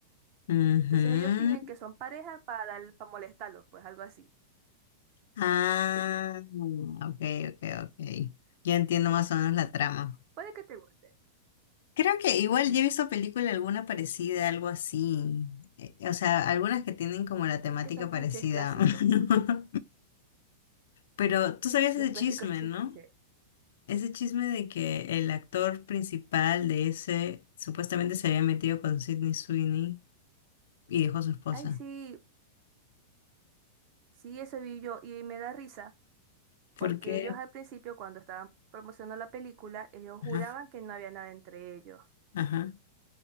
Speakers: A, on the left; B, on the right.
A: ujú.
B: Entonces ellos fingen que son pareja para, para molestarlos, pues algo así.
A: Ah, ok, ok, ok. Ya entiendo más o menos la trama.
B: Puede que te guste.
A: Creo que
B: Sí.
A: igual
B: <laughs>
A: yo he visto película alguna parecida, algo así. Eh, O sea, algunas que tienen como la temática
B: Es que son clichés
A: parecida.
B: clásicos,
A: <laughs> Pero tú sabías
B: los
A: ese
B: clásicos
A: chisme,
B: clichés.
A: ¿no? Ese chisme de que el actor principal de ese supuestamente se había metido con Sidney Sweeney y dejó a su esposa.
B: Ay, sí, sí, eso vi yo y me da risa
A: ¿Por
B: porque
A: qué?
B: ellos al principio, cuando estaban promocionando la película, ellos juraban
A: Ajá,
B: que no había nada entre ellos.
A: ajá,